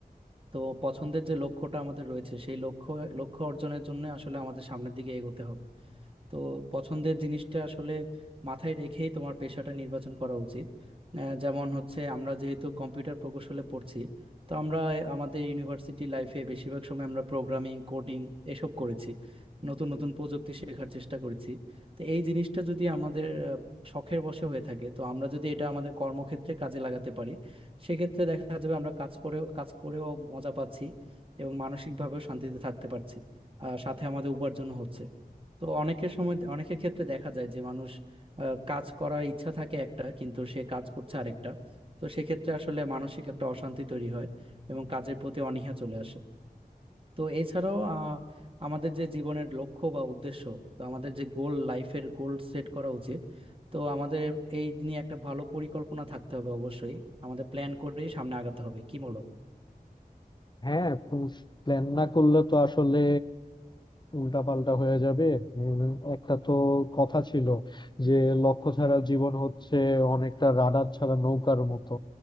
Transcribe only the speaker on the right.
তো পছন্দের যে লক্ষ্যটা আমাদের রয়েছে সেই লক্ষ্য লক্ষ্য অর্জনের জন্য আসলে আমাদের সামনের দিকে এগোতে হবে তো পছন্দের জিনিসটা আসলে মাথায় রেখেই তোমার পেশাটা নির্বাচন করা উচিত আহ, যেমন হচ্ছে আমরা যেহেতু কম্পিউটার প্রকৌশলে পড়ছি তো আমরা আমাদের ইউনিভার্সিটি লাইফে বেশিরভাগ সময় আমরা প্রোগ্রামিং কোডিং এসব করেছি নতুন নতুন প্রযুক্তি শেখার চেষ্টা করেছি তো এই জিনিসটা যদি আমাদের আহ, শখের বশে হয়ে থাকে তো আমরা যদি এটা আমাদের কর্মক্ষেত্রে কাজে লাগাতে পারি সেক্ষেত্রে দেখা যাবে আমরা কাজ করেও কাজ করেও মজা পাচ্ছি এবং মানসিকভাবেও শান্তিতে থাকতে পারছি আর সাথে আমাদের উপার্জন হচ্ছে তো অনেকের সময় অনেকের ক্ষেত্রে দেখা যায় যে মানুষ আহ, কাজ করার ইচ্ছা থাকে একটা কিন্তু সে কাজ করছে আরেকটা তো সেক্ষেত্রে আসলে মানসিক একটা অশান্তি তৈরি হয় এবং কাজের প্রতি অনীহা চলে আসে তো এছাড়াও আহ, আমাদের যে জীবনের লক্ষ্য বা উদ্দেশ্য তো আমাদের যে গোল লাইফের গোল সেট করা উচিত তো আমাদের এই নিয়ে একটা ভালো পরিকল্পনা থাকতে হবে অবশ্যই আমাদের প্ল্যান করেই সামনে আগাতে হবে কি বলো